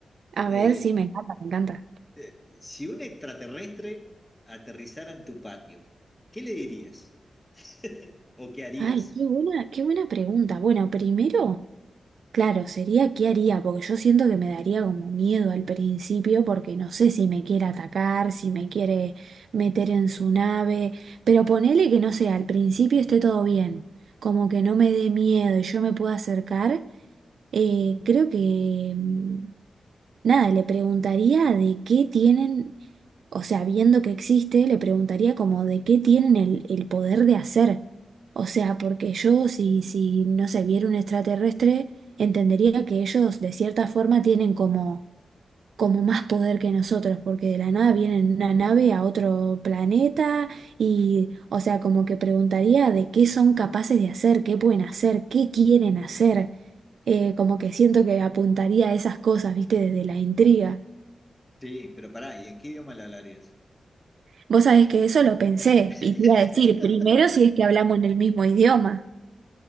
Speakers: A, on the right; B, on the left.
A: A
B: Eh,
A: ver, sí, me encanta, me encanta.
B: eh, si un extraterrestre aterrizara en tu patio, ¿qué le dirías? <laughs> ¿O qué harías?
A: Ay, qué buena, qué buena pregunta. Bueno, primero, claro, sería qué haría, porque yo siento que me daría como miedo al principio, porque no sé si me quiere atacar, si me quiere meter en su nave, pero ponele que no sé, al principio esté todo bien, como que no me dé miedo y yo me pueda acercar, eh, creo que, mm, nada, le preguntaría de qué tienen O sea, viendo que existe, le preguntaría como de qué tienen el, el poder de hacer. O sea, porque yo si, si no se viera un extraterrestre, entendería que ellos de cierta forma tienen como, como más poder que nosotros, porque de la nada vienen en una nave a otro planeta y, o sea, como que preguntaría de qué son capaces de hacer, qué pueden hacer, qué quieren hacer. Eh, como que siento que apuntaría a esas cosas, viste, desde la intriga.
B: Sí, pero pará, ¿y en qué idioma le hablarías?
A: Vos sabés que eso lo pensé
B: <laughs>
A: y te iba a decir primero si es que hablamos en el mismo idioma.